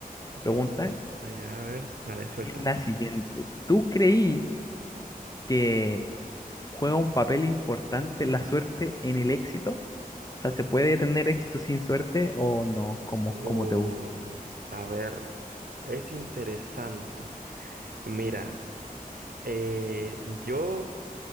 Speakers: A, on the right; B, on the left.
A: esta
B: pregunta.
A: pregunta. Ya, a ver. Vale, suéltala.
B: Y es la siguiente. ¿Tú creí que juega un papel importante la suerte en el éxito? O sea, ¿se puede tener éxito sin suerte o no? Como,
A: Oh,
B: como te gusta.
A: a ver. Es interesante. Mira, eh, yo,